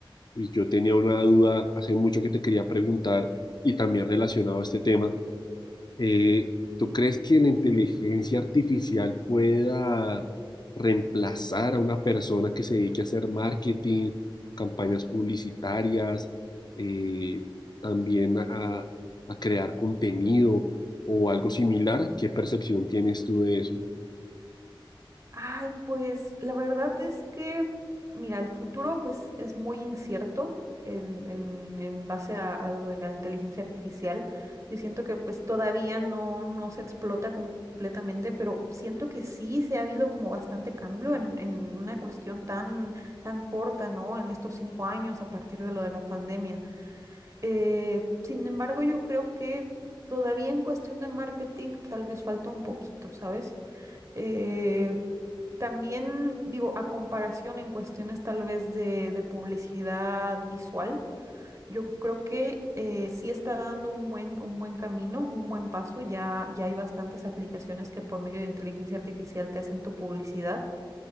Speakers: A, on the left; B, on the right.
A: y yo tenía una duda hace mucho que te quería preguntar y también relacionado a este tema. Eh, ¿tú crees que la inteligencia artificial pueda reemplazar a una persona que se dedique a hacer marketing, campañas publicitarias, eh, también a, a crear contenido o algo similar? ¿Qué percepción tienes tú de eso?
B: Ay, pues la verdad es que, mira, el futuro pues es muy incierto en, en, en base a, a lo de la inteligencia artificial. Yo siento que pues todavía no, no se explota com- completamente, pero siento que sí se ha habido como bastante cambio en, en una cuestión tan, tan corta, ¿no? En estos cinco años a partir de lo de la pandemia. Eh, sin embargo, yo creo que todavía en cuestión de marketing tal vez falta un poquito, ¿sabes? Eh, también digo, a comparación en cuestiones tal vez de, de publicidad visual, yo creo que eh, sí está dando un buen, un buen camino, un buen paso. Ya, ya hay bastantes aplicaciones que por medio de inteligencia artificial te hacen tu publicidad,